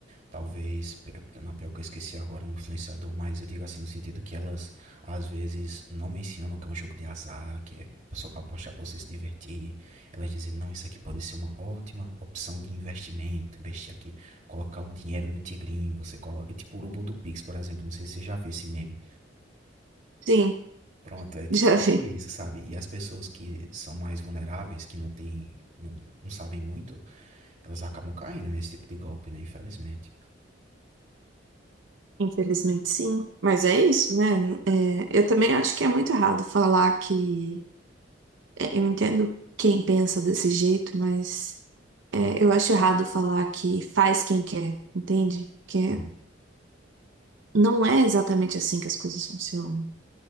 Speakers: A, on the right (about 45°); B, on the right (about 80°).
A: talvez, pe- não, pior que eu esqueci agora um influenciador, mas eu digo assim no sentido que elas, às vezes, não mencionam que é um jogo de azar, que é só para apostar para você se divertir. Elas dizem, não, isso aqui pode ser uma ótima opção de investimento. Investir aqui, colocar um dinheiro no tigrinho, você coloca, tipo o urubu do Pix, por exemplo, não sei se você já viu esse meme.
B: Sim,
A: Pronto,
B: <laughs>
A: é tipo,
B: já
A: tipo
B: vi.
A: isso, sabe? E as pessoas que são mais vulneráveis, que não têm, não, não sabem muito, elas acabam caindo nesse tipo de golpe, né? Infelizmente.
B: Infelizmente, sim. Mas é isso, né? É, eu também acho que é muito errado falar que. é, eu entendo quem pensa desse jeito, mas é, eu acho errado falar que faz quem quer, entende? Que é-
A: Hum.
B: não é exatamente assim que as coisas funcionam.